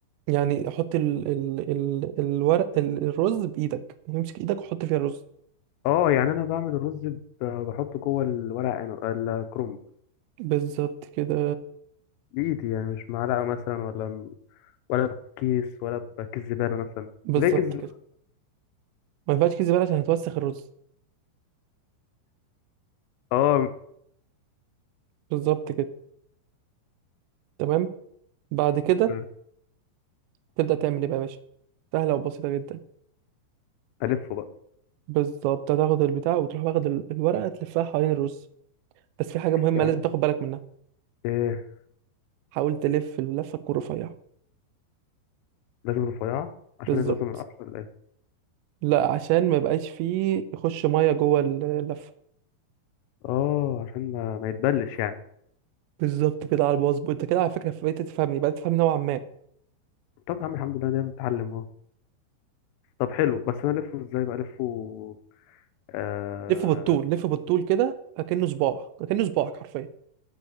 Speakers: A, on the right; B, on the left.
A: يعني حط ال ال ال الورق ال الرز بايدك امسك ايدك وحط فيها الرز
B: اه يعني انا بعمل الرز ب- بحطه جوه الورق عنب الكرنب
A: بالظبط كده
B: بايدي يعني مش معلقه مثلا ولا ولا بكيس ولا بكيس زباله مثلا
A: بالظبط
B: طب ليه كيس زبالة؟
A: كده ما ينفعش كيس زباله عشان هتوسخ الرز
B: اه
A: بالظبط كده تمام بعد كده
B: مم.
A: تبدأ تعمل ايه بقى يا باشا سهلة وبسيطة جدا
B: ألفه بقى
A: بالظبط هتاخد البتاع وتروح واخد ال- الورقة تلفها حوالين الرز بس في حاجة مهمة
B: يعني
A: لازم تاخد بالك منها
B: إيه
A: حاول تلف اللفة تكون رفيعة
B: لازم رفيعة عشان
A: بالظبط
B: يبوظ من القطر ولا إيه؟
A: لا عشان ما يبقاش فيه يخش مية جوه ال- اللفة
B: آه عشان ما, ما يتبلش يعني
A: بالظبط كده على الباص انت كده على فكرة بقيت تفهمني بقيت تفهم نوعا ما
B: طب يا عم الحمد لله ده متعلم أهو طب حلو بس أنا ألفه إزاي بقى ألفه آه...
A: لف بالطول لف بالطول كده اكنه صباع اكنه صباعك حرفيا